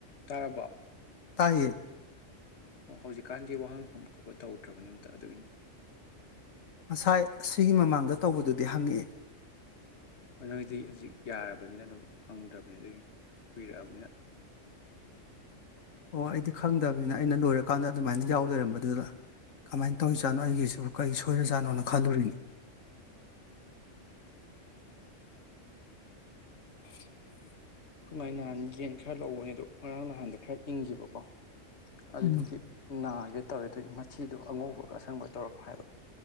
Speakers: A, on the left (about 60°); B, on the left (about 90°).
A: ꯇꯥꯔꯕ
B: ꯇꯥꯏꯌꯦ
A: ꯑꯣ ꯍꯧꯖꯤꯛꯀꯥꯟꯗꯤ ꯋꯥꯍꯪ ꯍꯪꯕ ꯈꯣꯄ ꯇꯧꯗ꯭ꯔꯕꯅꯤ ꯑꯝꯇ ꯑꯗꯨꯒꯤꯅꯤ
B: ꯉꯁꯥꯏ ꯑꯁꯤꯒꯤ ꯃꯃꯥꯡꯗ ꯇꯧꯕꯗꯨꯗꯤ ꯍꯪꯉꯛꯑꯦ
A: ꯅꯣꯏꯗꯤ ꯍꯧꯖꯤꯛ ꯌꯥꯔꯕꯅꯤꯅ ꯑꯗꯨꯝ ꯍꯪꯗ꯭ꯔꯕꯅꯤ ꯑꯗꯨꯒꯤ ꯀꯨꯏꯔꯛꯑꯕꯅꯤꯅ
B: ꯑꯣ ꯑꯩꯗꯤ ꯈꯪꯗꯕꯅꯤꯅ ꯑꯩꯅ ꯂꯣꯏꯔꯀꯥꯟꯗ ꯑꯗꯨꯃꯥꯏꯅ ꯌꯥꯎ ꯂꯩꯏꯔꯝꯕꯗꯨꯗ ꯀꯃꯥꯏꯅ ꯇꯧꯔꯤꯖꯥꯠꯅꯣ ꯑꯩꯒꯤꯁꯨ ꯀꯩ ꯁꯣꯏꯔꯖꯥꯠꯅꯣꯅ ꯈꯜꯂꯨꯔꯤꯅꯤ <unintelligible>
A: ꯈꯣꯢꯃꯥꯏ ꯅꯍꯥꯟ ꯌꯦꯟ ꯈꯔ ꯂꯧꯕꯅꯦ ꯑꯗꯨ ꯉꯔꯥꯡ ꯅꯍꯥꯟꯗꯣ ꯈꯔ ꯏꯪꯈꯤꯕꯀꯣ ꯑꯗꯨꯗꯨꯒꯤ
B: ꯎꯝ
A: ꯅꯥꯒꯦ ꯇꯧꯔꯦ ꯑꯗꯨꯒꯤ ꯃꯊꯤꯗꯨ ꯑꯉꯧꯕꯒ ꯑꯁꯪꯕ ꯇꯧꯔꯛꯄ ꯍꯥꯏꯕ